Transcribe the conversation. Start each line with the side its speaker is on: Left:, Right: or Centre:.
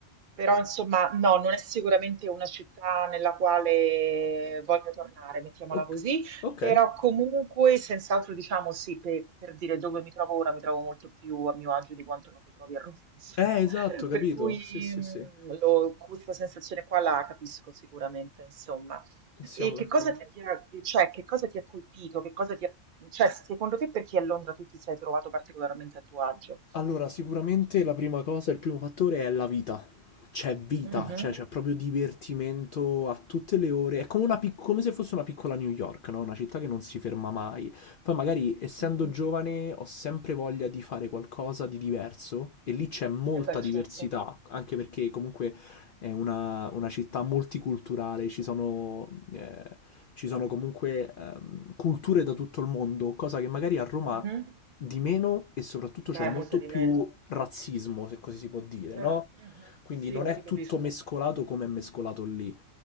Right: però insomma, no, non è sicuramente una città nella quale voglio tornare, mettiamola
Left: Ok,
Right: così,
Left: ok.
Right: però comunque, senz'altro, diciamo sì, per, per dire dove mi trovo ora, mi trovo molto più a mio agio di quanto non mi trovi a Roma, <laughs> insomma,
Left: Eh, esatto, capito.
Right: per cui
Left: Sì, sì,
Right: mm,
Left: sì.
Right: lo- questa sensazione qua la capisco sicuramente, insomma.
Left: Siamo
Right: E che
Left: d'accordo.
Right: cosa ti ha, ti ha- cioè, che cosa ti ha colpito? Che cosa ti ha, cioè, secondo te perché a Londra tu ti sei trovato particolarmente a tuo agio?
Left: Allora, sicuramente la prima cosa, il primo fattore è la vita. C'è vita,
Right: Mhm,
Left: cioè c'è proprio divertimento a tutte le ore. È come, una pic- come se fosse una piccola New York, no? Una città che non si ferma mai. Poi magari, essendo
Right: mhm,
Left: giovane, ho sempre voglia di fare qualcosa di diverso e lì c'è molta
Right: Eh beh,
Left: diversità,
Right: certo.
Left: anche perché comunque è una, una città multiculturale, ci sono, eh, ci sono comunque ehm, culture da tutto il mondo, cosa che magari a Roma
Right: mhm.
Left: di meno e soprattutto
Right: Beh,
Left: c'è molto
Right: molto di
Left: più
Right: meno.
Left: razzismo, se così si può dire,
Right: Eh,
Left: no?
Right: mhm,
Left: Quindi
Right: Sì,
Left: non è
Right: ti capisco.
Left: tutto mescolato come è mescolato lì.